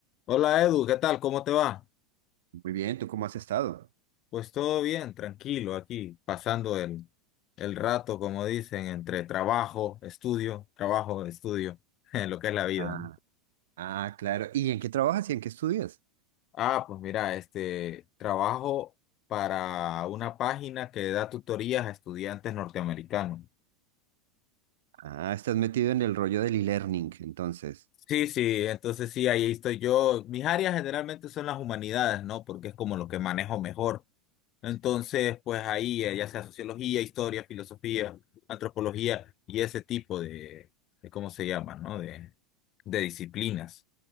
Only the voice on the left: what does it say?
Hola Edu, ¿qué tal? ¿Cómo te va?
Pues todo bien, tranquilo aquí, pasando el, el rato, como dicen, entre trabajo, estudio, trabajo, estudio, <laughs> en lo que es la vida,
¿no?
Ah, pues mira, este, trabajo para una página que da tutorías a estudiantes norteamericanos.
Sí, sí, entonces sí, ahí estoy yo. Mis áreas generalmente son las humanidades, ¿no? Porque es como lo que manejo mejor. Entonces, pues ahí, eh, ya sea sociología, historia, filosofía, antropología y ese tipo de, de ¿cómo se llama, no? De, de disciplinas.